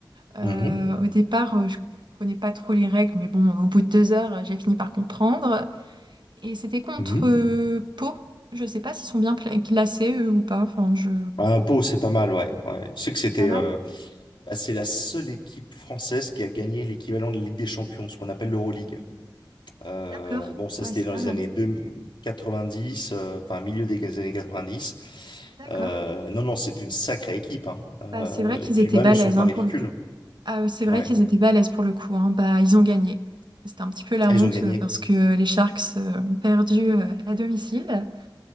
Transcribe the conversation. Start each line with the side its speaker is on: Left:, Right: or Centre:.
Right: Euh,
Left: Mhm.
Right: au départ, euh, je comprenais pas trop les règles, mais bon, au bout de deux heures, j'ai fini par comprendre. Et c'était contre
Left: Mhm.
Right: euh, Pau. Je sais pas s'ils sont bien pla- classés eux, ou pas. Enfin, je...
Left: Ah, Pau, c'est pas mal, ouais. Ouais. Tu sais que c'était,
Right: C'est pas mal.
Left: euh, bah, c'est la seule équipe française qui a gagné l'équivalent de la Ligue des Champions, ce qu'on appelle l'Euroleague. Euh,
Right: D'accord.
Left: bon, ça,
Right: Ouais,
Left: c'était
Right: c'est
Left: dans
Right: pas
Left: les
Right: mal.
Left: années 2 90, euh, enfin, milieu des années 90.
Right: D'accord.
Left: Euh, non, non, c'est une sacrée équipe, hein. Euh,
Right: Bah, c'est vrai qu'ils
Left: et puis
Right: étaient
Left: même,
Right: balèzes
Left: ils sont pas
Right: hein,
Left: ridicules.
Right: pour le coup. Ah, euh, c'est vrai
Left: Ouais,
Right: qu'ils étaient balèzes pour le coup. hein. Bah, ils ont gagné. C'était un petit peu la
Left: ils
Right: honte
Left: ont gagné.
Right: euh, parce que les Sharks euh, ont perdu euh, à domicile